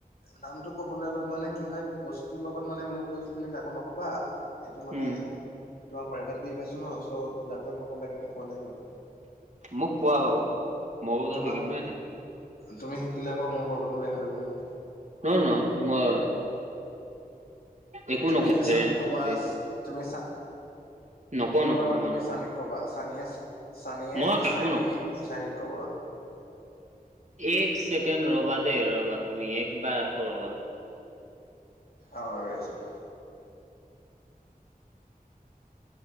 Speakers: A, on the left; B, on the right.
A: নামতটো ক'বলে অলপ মানে কি হয় ক তোৰ লগত মানে মোক কৈছো তুমি কাকো নকবা সেইটো মানে
B: উম
A: তোমাক প্ৰাইভেট কে শিকাইছো ন চ' ডাক্তক নকবাগে মই কোৱা নাই কাকো।
B: মোক কোৱা বাৰু মইও
A: তোমাক
B: তো শিকিম ন এতিয়া
A: তুমি শিকিলে আক মোৰ প্ৰবলেমটো বেয়া হৈ যাব নহয়
B: নহ নহ মই একো
A: তুমি
B: নকওঁ ফ্ৰেণ্ড
A: সনিক কবাছ
B: কৰিছে
A: তুমি চ
B: নকওঁ নকওঁ
A: ৰবা ৰবা
B: মই
A: তুমি
B: নকওঁ
A: চানিক কবা চানিয়ে চানিয়ে
B: মই কাকো
A: চানিক
B: নকওঁ
A: চানিক কবৰ
B: এক চেকেণ্ড ৰ'বা দে ৰ'বা তুমি এক বাৰ আ কৰ ৰ'বা
A: অ ৰৈ আছোঁ।